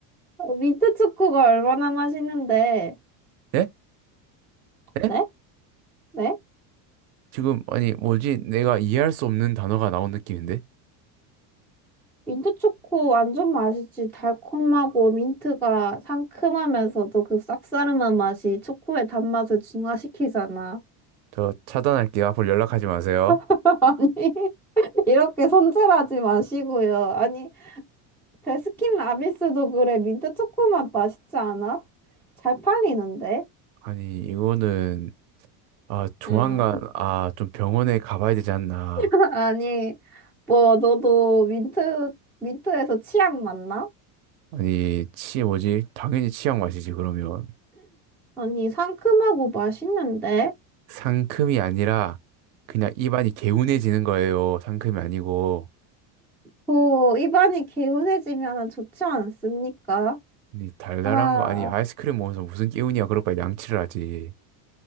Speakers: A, in the centre; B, on the right.
A: 어, 민트 초코가 얼마나 맛있는데?
B: 네? 네?
A: 네? 네?
B: 지금, 아니, 뭐지? 내가 이해할 수 없는 단어가 나온 느낌인데?
A: 민트 초코 완전 맛있지. 달콤하고 민트가 상큼하면서도 그 쌉싸름한 맛이 초코의 단맛을 중화시키잖아.
B: 저 차단할게요. 앞으로 연락하지 마세요.
A: <laughs> 아니, 이렇게 손절하지 마시고요. 아니, 베스킨라빈스도 그래. 민트 초코 맛 맛있지 않아? 잘 팔리는데?
B: 아니, 이거는, 아, 조만간,
A: 응.
B: 아, 좀 병원에 가봐야 되지 않나.
A: <laughs> 아니, 뭐, 너도 민트, 민트에서 치약 맞나?
B: 아니, 치, 뭐지? 당연히 치약 마시지, 그러면.
A: 아니, 상큼하고 맛있는데?
B: 상큼이 아니라, 그냥 입안이 개운해지는 거예요. 상큼이 아니고.
A: 고 입안이 개운해지면 좋지 않습니까?
B: 아니, 달달한
A: 아,
B: 거, 아니, 아이스크림 먹으면서 무슨 개운이야. 그럴 바에 양치를 하지.